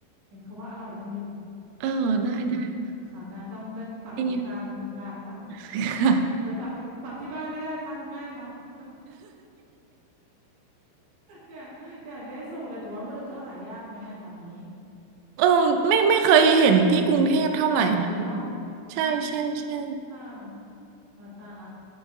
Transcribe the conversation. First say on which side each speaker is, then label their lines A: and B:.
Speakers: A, on the right (about 55°); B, on the right (about 85°).
A: เห็นเขาว่าอร่อยกันอยู่
B: เออได้ได้
A: โอ้ยเดี๋ยวคราวหน้าต้องต้องปักหมุดตามคุณปรางแล้วค่ะ
B: <laughs> ค่ะนี่ค่ะ
A: ไปปักไปปักที่บ้านไม่ได้นะคะคุณแม่ทำ อยากอยากได้สูตรเลยแต่ว่ามือึก็หายากไหมอะแถวนี้
B: เออไม่ไม่เคยเห็นที่กรุงเทพเท่าไหร่นะ
A: แถวนี้เนาะอืม
B: ใช่ใช่ใช่
A: ค่ะโอ้ยตายละ